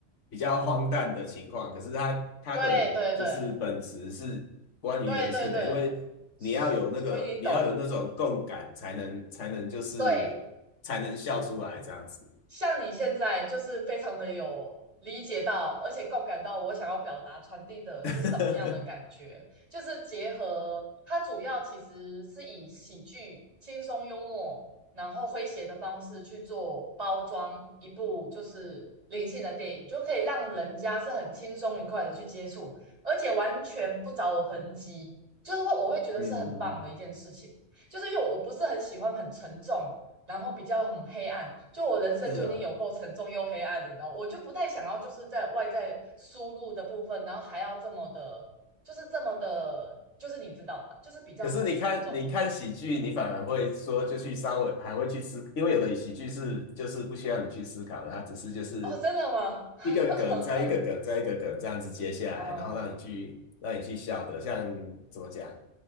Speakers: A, on the left; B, on the right.
A: 比较荒诞的情况，可是它它的就是本质是关于人性的，
B: 对对对对对对，
A: 因为你要有那个你要有那种共感，
B: 所以你懂，
A: 才能才能就是才能笑出来这样子。
B: 对。像你现在就是非常的有理解到，而且共感到我想要表达传递的是什么样的感觉，
A: <laughs>
B: 就是结合它主要其实是以喜剧、轻松幽默，然后诙谐的方式去做包装一部就是灵性的电影，就可以让人家是很轻松愉快的去接触，而且完全不着痕迹，就是会我会觉得是很棒的一件事情，
A: 嗯，
B: 就是因为我不是很喜欢很沉重。然后比较很黑暗，就我人生就已经有够沉重又黑暗了，
A: 是啊。
B: 你知道，我就不太想要就是在外在输入的部分，然后还要这么的，就是这么的，就是你知道的，就是比较很沉重那一块。
A: 可是你看，你看喜剧，你反而会说就去稍微还会去思，因为有的喜剧是就是不需要你去思考的，它只是就是
B: 哦，真的吗？<laughs>
A: 一个梗再一个梗再一个梗这样子接下来，
B: 嗯
A: 然后让你去让你去笑的。像怎么讲，